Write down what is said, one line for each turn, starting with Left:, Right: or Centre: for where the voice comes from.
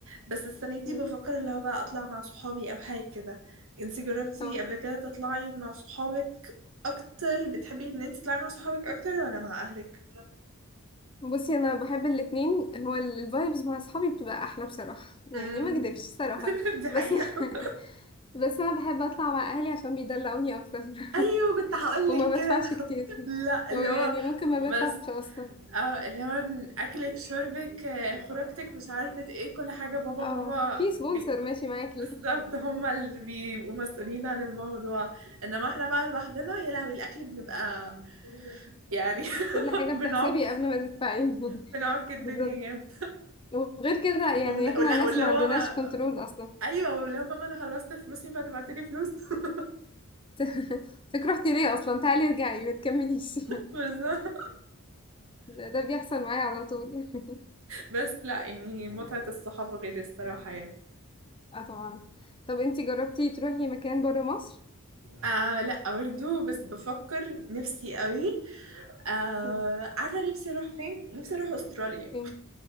Right: بس السنه دي
Left: مم.
Right: بفكر اللي هو بقى اطلع مع صحابي او حاجه كده انتي جربتي
Left: اه
Right: قبل كده تطلعي مع صحابك اكتر بتحبي ان انت تطلعي مع صحابك اكتر ولا مع اهلك
Left: بصي انا بحب الاتنين هو الفايبز مع اصحابي بتبقى احلى بصراحة يعني
Right: امم
Left: ما اكدبش الصراحة
Right: <laughs> دي حقيقه
Left: بس <laughs> بس انا بحب اطلع مع اهلي عشان بيدلعوني اكتر
Right: ايوه كنت هقولك
Left: <laughs> وما
Right: كده
Left: بدفعش كتير
Right: <laughs> لا اللي
Left: هو يعني
Right: هو
Left: ممكن ما
Right: بس
Left: بدفعش اصلا
Right: اه اللي هو اكلك شربك آه، خروجتك مش عارفة ايه كل حاجة بابا
Left: اه
Right: وماما
Left: في سبونسر
Right: بي-
Left: ماشي معاكي
Right: بالظبط هما اللي بيبقوا مسؤولين عن الموضوع انما احنا بقى لوحدنا يا لهوي الاكل بنبقى يعني
Left: <laughs> كل
Right: <laughs>
Left: حاجة
Right: بنعك
Left: بتحسبي قبل ما تدفعي <laughs>
Right: بنعك الدنيا
Left: بالظبط
Right: جامد
Left: وغير كده يعني
Right: وبن-
Left: احنا
Right: ولا
Left: ناس
Right: واللي
Left: ما
Right: هو
Left: عندناش
Right: بقى
Left: كنترول اصلا
Right: ايوه واللي هو ماما انا خلصت فلوسي فتبعتلي فلوس <laughs>
Left: <laughs> انتك رحتي ليه اصلا تعالي ارجعي ما تكمليش <laughs>
Right: بالظبط
Left: ده ده بيحصل معايا على طول <laughs>
Right: بس لا يعني متعة الصحاب غير الصراحة يعني
Left: اه طبعا طب انتي جربتي تروحي مكان بره مصر
Right: آه لا برضو بس بفكر نفسي قوي آه
Left: مم.
Right: عارفة نفسي اروح فين؟ نفسي اروح استراليا
Left: فين